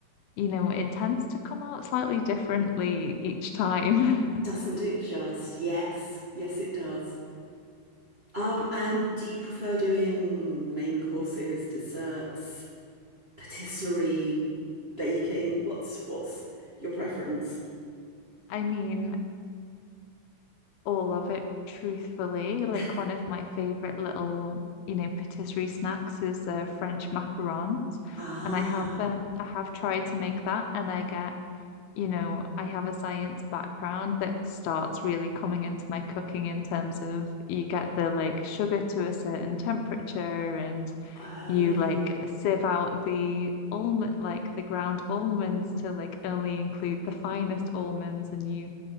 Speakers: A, on the left; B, on the right.
A: you know, it tends to come out slightly differently each time.
B: Doesn't it just? Yes. Yes, it does. Um, and
A: <laughs>
B: do you prefer doing main courses, desserts, patisserie, baking? What's what's your preference?
A: I mean, all of it truthfully. Like
B: <laughs>
A: one of my favorite little, you know, patisserie snacks is uh, French macarons,
B: Ah,
A: and I have um I have tried to make that, and I get, you know, I have a science background that starts really coming into my cooking in terms of you get the like sugar to a certain temperature and
B: oh,
A: you like sieve out the almond like the ground almonds to like only include the finest almonds and you